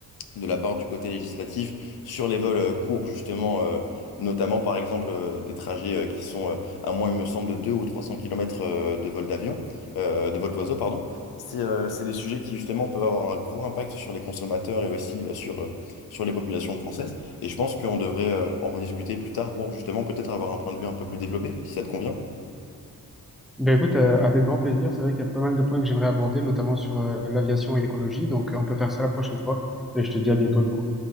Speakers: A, on the left; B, in the centre.
A: de la part du côté législatif sur les vols euh, courts, justement, euh, notamment par exemple euh, des trajets euh, qui sont euh, à moins, il me semble, de 2 ou 300 km de vol d'avion, euh, de vol d'oiseau, pardon. C'est euh, c'est des sujets qui, justement, peuvent avoir un gros impact sur les consommateurs et aussi euh, sur, euh, sur les populations françaises. Et je pense qu'on devrait euh, en rediscuter plus tard pour, justement, peut-être avoir un point de vue un peu plus développé, si ça te convient.
B: Ben écoute, euh, avec grand plaisir. C'est vrai qu'il y a pas mal de points que j'aimerais aborder, notamment sur euh, l'aviation et l'écologie. Donc, euh, on peut faire ça la prochaine fois. Et je te dis à bientôt, du coup.